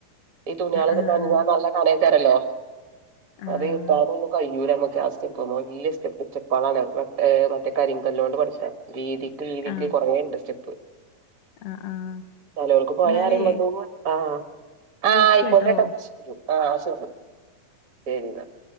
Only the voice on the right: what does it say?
ഈ തുണിയള്
നനഞ്ഞാൽ നല്ല കനെയ്ക്കാരല്ലോ.
അത് ഏറ്റാൻ ഒന്നും കയ്യൂല അമ്മക്ക് ആ സ്റ്റെപ്പ്മെ വലിയ സ്റ്റെപ്പ് സ്റ്റെപ്പളാണ്. ഏഹ് മറ്റേ കാരിങ്കലോണ്ട് പട്ത്ത വീതിക്ക് വീതിക്ക്
കൊറേണ്ട് സ്റ്റെപ്പ്.
ചെലോൽക്ക് പൊഴാ
അറിയുമ്പ എന്തോന്നുവാ ആഹ് ആഹ്
അയ്കോട്ടെട്ടോ ശരി ആഹ് ശരി ശരി ന്ന